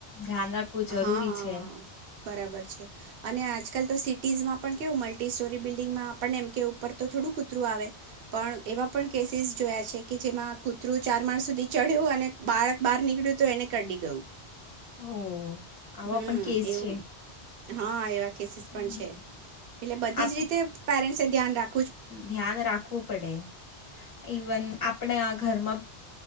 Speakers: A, on the left; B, on the right.
A: ધ્યાન રાખ ખવું જરૂરી
B: હા
A: છે.
B: બરાબર છે અને આજકાલ તો સિટીઝમાં પણ કેવું મલ્ટી સ્ટોરી બિલ્ડિંગમાં આપણે એમ કે ઉપર તો થોડું કુતરું આવે, પણ એવા પણ કેસીસ જોયા છે કે જેમાં કૂતરું ચાર માર સુધી ચડ્યું અને બાળક બહાર નીકળ્યું તો એને કરડી ગયું.
A: ઓહ. આવા
B: હમ
A: પણ કેસ
B: એવું
A: છે.
B: હા એવા કેસ
A: હમ.
B: પણ છે, એટલે બધી
A: આપ
B: છ રીતે પેરેન્સ એ ધ્યાન રાખ
A: ધ્યાન રાખવું પડે, ઇવન આપણે આ ઘરમાં